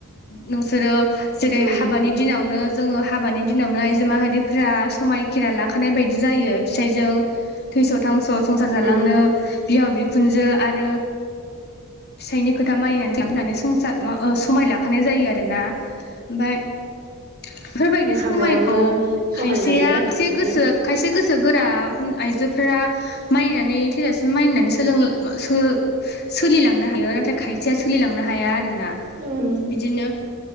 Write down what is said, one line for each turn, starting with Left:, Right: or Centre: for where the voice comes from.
Left: नोंसोरो जेरै
Right: उम
Left: हाबानि दिनावनो जोङो हाबानि दिनावनो आइजो माहारिफो फ्रा समायखिरा लाखानाय बायदि जायो फिसाइजों थैस' थांस' संसार जालांनो
Right: उम
Left: बिहाव बिखुनजो आरो फिसायनि खोथा मानिनानै लांनानै संसार समाय लाखानाय जायो आरोना ओ ओमफ्राय बेबादि
Right: हाबायावनो
Left: समायखौ
Right: समाय
Left: खायसेया
Right: लायो आरो
Left: खायसे
Right: बिदि
Left: गोसो खायसे गोसो गोसो गोरा आइजोफोरा मानिनानै थैजासिम मानिनानै सोलोंनो सोलिलांनो हायो नाथाय खायसेया सोलिलांनो हाया आरो ना।
Right: ओम।
Left: बिदिनो